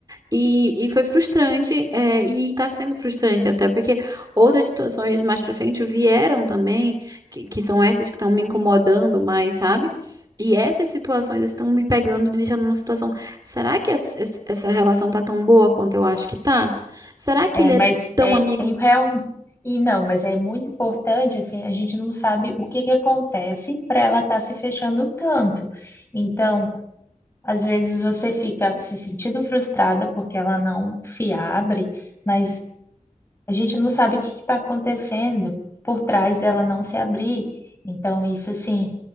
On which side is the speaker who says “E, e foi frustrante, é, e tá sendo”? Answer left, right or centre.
Right